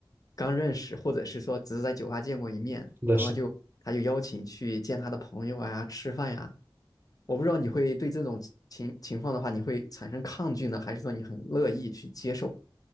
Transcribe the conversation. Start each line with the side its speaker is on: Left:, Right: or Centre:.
Left: 刚认识，或者是说只是在酒吧见过一面，
Right: 是的是的，
Left: 然后就他就邀请去见他的朋友啊，吃饭呀、我不知道你会对这种情情况的话，你会产生抗拒呢，还是说你很乐意去接受，